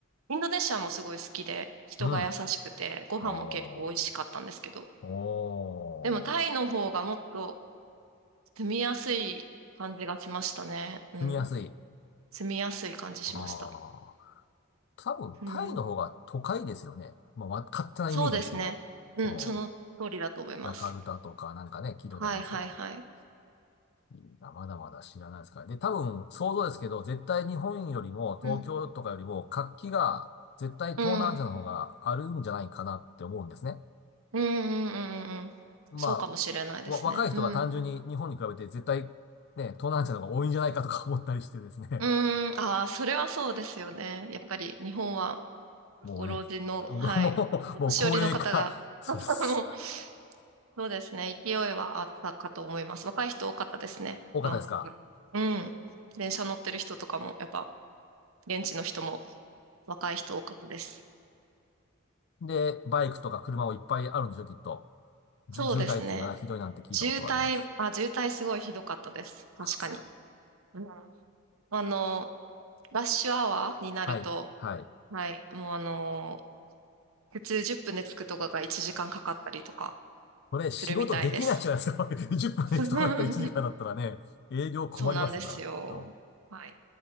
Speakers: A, on the right; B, on the left.
A: インドネシアもすごい好きで、人が優しくて、
B: うん。
A: ご飯も結構美味しかったんですけど、
B: おー。おー。
A: でもタイの方がもっと住みやすい感じがしましたね。うん。
B: 住みやすい。
A: 住みやすい感じしました。
B: ああ。多分タイの方が都会ですよね。
A: うん。
B: まあ、わ勝手なイメージですけど。
A: そうですね。うん、
B: その、
A: その通りだと思います。
B: ジャカルタとかなんかね、聞いたことありますけど。
A: はいはいはい。
B: いいなまだまだ知らないですから。で、多分、想像ですけど、絶対日本よりも、東京とかよりも、
A: うん。
B: 活気が、絶対東南アジアの方があるんじゃないかなって思うんですね。
A: うん。うんうんうんうん。
B: まあ、
A: そうかもしれないですね。
B: わ、若い人が単純に日本に比べて、
A: うん。
B: 絶対、ね、東南アジアの方が多いんじゃないかとか思ったりしてですね。
A: うーん。ああ、それはそうですよね。やっぱり日本は
B: <laughs> もうね、
A: ご老人の、はい、
B: 僕もう、
A: お年寄りの方が、
B: もう高齢化、そうです。
A: <laughs> もうそうですね。勢いはあったかと思います。若い人多かったですね。
B: 多かったですか。
A: バンコク。うん。電車乗ってる人とかも、やっぱ現地の人も若い人多かったです。
B: で、バイクとか車もいっぱいあるんでしょ、きっと。じゅ、
A: そうですね。
B: 渋滞っていうのかな、ひどいなんて聞いたことはあります。
A: 渋滞、あ、渋滞すごいひどかったです。確かに。
B: あ、そうですか。
A: うん。あの、ラッシュアワーになると、
B: はい、はい。
A: はい、もうあの、普通10分で着くとかが1時間かんかかったりとか
B: これ仕事できないじゃないですか。
A: するみたいです。
B: <laughs> 10分で行くところだったら1時間だったらね、
A: <laughs>
B: 営業困りますな、
A: そうなんですよ。
B: きっと。
A: はい。